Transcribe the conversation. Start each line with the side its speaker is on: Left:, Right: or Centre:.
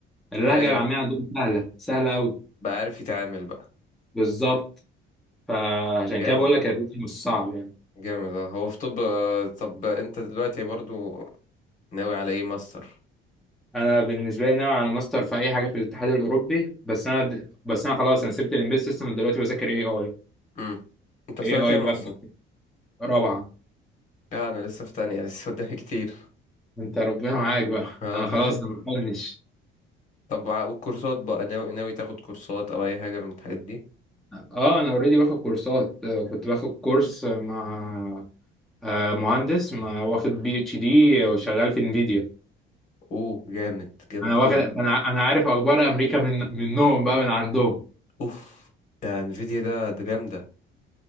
Centre: اللهجة
Left: أيوه
Centre: العامية عندهم سهلة سهلة قوي
Left: بقى عارف يتعامل بقى
Centre: بالظبط فعشان
Left: طب جامد
Centre: كده بقول لك الروسي مش صعب يعني
Left: جامد اه هو في طب آه، طب أنت دلوقتي برضو ناوي على إيه ماستر
Centre: انا بالنسبة لي ناوي على ماستر في اي حاجة في الاتحاد الاوروبي بس انا بس انا خلاص انا سبت الامبيد سيستم دلوقتي بذاكر اي اي
Left: مم. أنت في
Centre: اي
Left: سنة كام
Centre: اي بقى
Left: أصلا؟
Centre: رابعة
Left: لا أنا لسه في تانية <laughs> لسه قدامي كتير
Centre: انت ربنا معاك بقى <laughs>
Left: اه
Centre: انا خلاص انا بفنش
Left: <laughs> طب وع- والكورسات بقى ناوي ناوي تاخد كورسات أو أي حاجة من الحاجات دي؟
Centre: اه انا اوريدي باخد كورسات آه، كنت باخد كورس مع آه، مهندس ما واخد بي اتش دي وشغال في انفيديا
Left: أوه جامد جامد
Centre: انا واخد
Left: أوي
Centre: انا انا عارف اخبار امريكا من منهم بقى من عندهم
Left: اوف ده انفيديا ده ده جامده